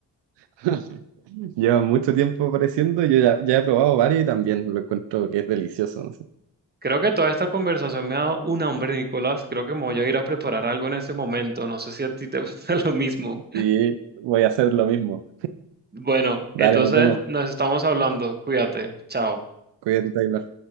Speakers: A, on the right; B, on the right.
A: <laughs> Lleva mucho tiempo apareciendo, yo ya, ya he probado varios y también lo encuentro que es delicioso. no sé.
B: Creo que toda esta conversación me ha dado un hambre, Nicolás. Creo que me voy a ir a preparar algo en este momento. No sé si a ti te <laughs> pasa lo mismo.
A: Sí, voy a hacer lo mismo.
B: Bueno,
A: Dale,
B: entonces
A: nos vemos.
B: nos estamos hablando. Cuídate. Chao.
A: Cuídate, Taylor.